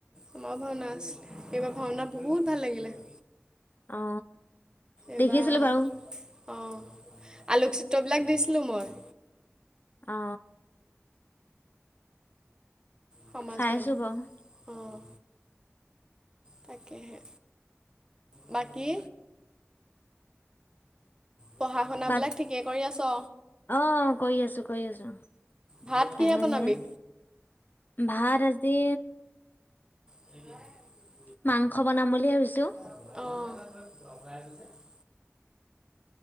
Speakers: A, on the right; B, on the left.
A: আমাৰো ভাওনা আছিল এইবাৰ ভাওনা বহুত ভাল লাগিলে।
B: অ
A: এইবাৰ
B: দেখিছিলো বাৰু
A: অঁ আলোকচিত্ৰবিলাক দিছিলোঁ মই।
B: অ
A: সমাজ
B: চাইছো
A: মাধ্যম।
B: বাৰু
A: অঁ তাকেহে বাকী। পঢ়া শুনাবিলাক
B: বাক
A: ঠিকে কৰি আছ।
B: অ কৰি আছো কৰি আছো
A: ভাত কিহে
B: লাহে
A: বনাবি।
B: ধীৰে ভাত আজি
A: <unintelligible>
B: মাংস বনাম বুলি ভাবিছোঁ।
A: অৱ।